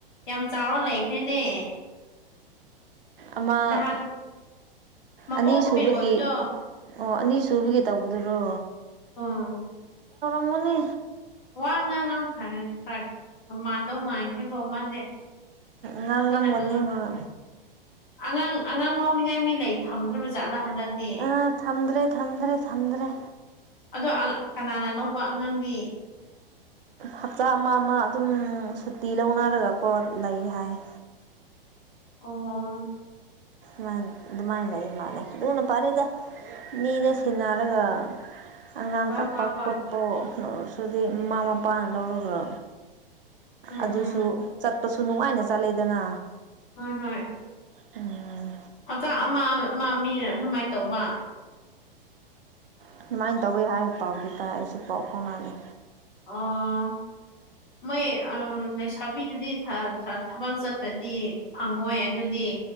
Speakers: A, on the left (about 60°); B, on the right (about 70°).
A: ꯌꯥꯝ ꯆꯥꯎꯔ ꯂꯩꯈ꯭ꯔꯦꯅꯦ
B: ꯑꯃ
A: ꯅꯍꯥꯟ ꯃꯄꯣꯛ
B: ꯑꯅꯤ
A: ꯅꯨꯃꯤꯠ
B: ꯁꯨꯕꯒꯤ
A: ꯑꯣꯏꯕꯗꯣ
B: ꯑꯣ ꯑꯅꯤ ꯁꯕꯒꯤ ꯇꯧꯕꯗꯨꯔꯣ
A: ꯎꯝ꯫
B: ꯃꯅꯦ
A: ꯋꯥ ꯉꯥꯡ <unintelligible> ꯈꯔ ꯃꯥꯟꯗꯧ ꯃꯥꯟꯈꯔꯦꯕꯣ ꯃꯥꯖꯦ꯫
B: ꯉꯥꯡꯂꯝꯒꯅꯤ
A: ꯐꯖꯅ ꯉꯥꯡꯉꯝ
B: ꯍꯣꯏ
A: ꯑꯉꯥꯡ ꯑꯉꯥꯡ ꯂꯧꯅꯤꯡꯉꯥꯏ ꯃꯤ ꯂꯩ ꯃꯤ ꯊꯝꯗ꯭ꯔꯕ ꯖꯥꯠꯂꯥ ꯍꯟꯗꯛꯇꯤ
B: ꯑ ꯊꯝꯗ꯭ꯔꯦ ꯊꯝꯗ꯭ꯔꯦ ꯊꯝꯗ꯭ꯔꯦ
A: ꯑꯗꯣ ꯑꯉꯥꯡ ꯀꯅꯥꯅ ꯂꯧꯕ ꯑꯉꯥꯡꯗꯤ꯫
B: ꯍꯞꯇꯥ ꯑꯃ ꯑꯃ ꯑꯗꯨꯝ ꯁꯨꯇꯤ ꯂꯧꯅꯔꯒꯀꯣ ꯂꯩ ꯍꯥꯏ <unintelligible>
A: ꯑꯣ
B: ꯃꯥꯅꯤ ꯑꯗꯨꯃꯥꯏꯅ ꯂꯩ ꯃꯥꯂꯦ ꯑꯗꯨꯅ ꯐꯔꯦꯗ꯫ ꯃꯤꯗ ꯁꯤꯟꯅꯔꯒ ꯑꯉꯥꯡ
A: ꯍꯣꯏ
B: ꯀꯥꯞꯄ
A: ꯍꯣꯏ ꯍꯣꯏ
B: ꯈꯣꯠꯄ‌ꯣ ꯁꯨꯗꯤ ꯃꯃꯥ ꯃꯄꯥꯅ ꯂꯧꯔꯒ
A: ꯎꯝ
B: ꯑꯗꯨꯁꯨ
A: ꯎꯝ
B: ꯆꯠꯄꯁꯨ ꯅꯨꯡꯉꯥꯏꯅ ꯆꯠꯂꯦꯗꯅ
A: ꯍꯣꯏ ꯍꯣꯏ
B: ꯎꯝ
A: ꯍꯞꯇꯥ ꯑꯃ ꯑꯃ ꯃꯤꯅ ꯑꯗꯨꯃꯥꯏꯅ ꯇꯧꯕ
B: ꯑꯗꯨꯃꯥꯏꯅ ꯇꯧꯋꯤ ꯍꯥꯏ ꯄꯥꯎꯗꯤ ꯇꯥꯏ ꯑꯩꯁꯨ ꯄꯥꯎ ꯐꯥꯎꯅꯗꯦ
A: ꯑꯣ ꯃꯣꯏ ꯂꯩꯁꯥꯕꯤꯗꯨꯗꯤ ꯊ ꯊꯕꯛ ꯆꯠꯄꯗꯤ ꯐꯪꯉꯣꯏ ꯑꯗꯨꯗꯤ